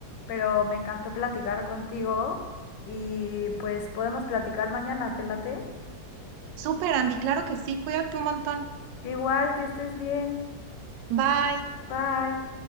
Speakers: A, on the left; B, on the right.
A: pero me encantó platicar contigo y pues podemos platicar mañana, ¿te late?
B: Súper, Andy, claro que sí, cuídate un montón.
A: Igual que estés bien.
B: Bye.
A: Bye.